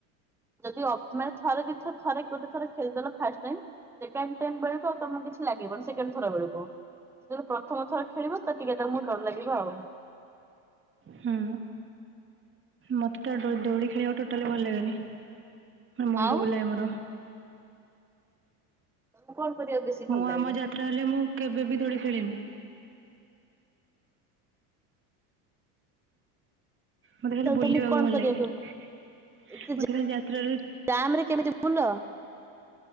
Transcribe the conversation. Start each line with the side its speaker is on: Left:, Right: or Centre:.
Centre: ଯଦି ଅ ମାନେ ଥରେ ଦିଥର ଥରେ ଗୋଟେ ଥର ଖେଳିଦେଲ ଫାଷ୍ଟ ଟାଇମ୍ ସେକେଣ୍ଡ ଟାଇମ୍ ବେଳକୁ ଆଉ ତମକୁ କିଛି ଲାଗିବନି। ଖରାବେଳକୁ ଯଦି ପ୍ରଥମ ଥର ଖେଳିବ ତ ଟିକେ ତାକୁ ଡର ଲାଗିବ ଆଉ।
Right: ହୁଁ ମତେ ତ ଦୌଡି ଖେଳିବାକୁ ଟୋଟାଲି ଭଲ ଲାଗେନି। ମୁଣ୍ଡ
Centre: ଆଉ
Right: ବୁଲାଏ ମୋର।
Centre: ତମକୁ କଣ କରିବାକୁ ବେଶୀ ଭଲ
Right: ମୁଁ
Centre: ଲାଗେ?
Right: ଆମ ଯାତ୍ରା ହେଲେ ମୁଁ କେବେ ବି ଦୋଳି ଖେଳିନି। ମତେ ଖାଲି
Centre: ତାହେଲେ
Right: ବୁଲିବାକୁ
Centre: ତମକୁ କଣ
Right: ଭଲ
Centre: କରିବାକୁ
Right: ଲାଗେ। ମୋତେ
Centre: ଏତେ
Right: ଖଲି ଯାତ୍ରାରେ
Centre: ଜାମ୍ ରେ କେମିତି ବୁଲ?